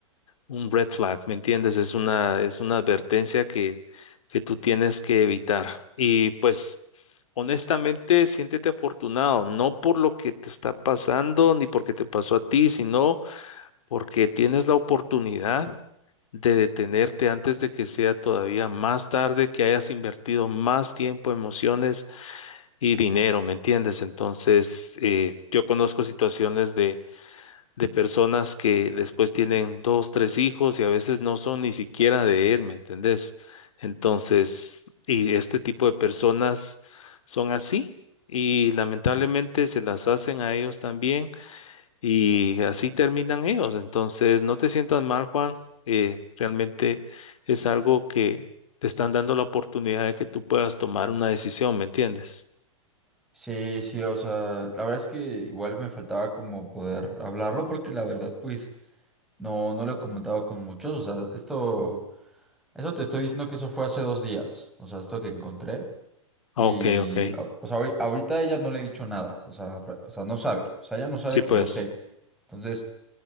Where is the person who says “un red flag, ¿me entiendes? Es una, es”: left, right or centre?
Left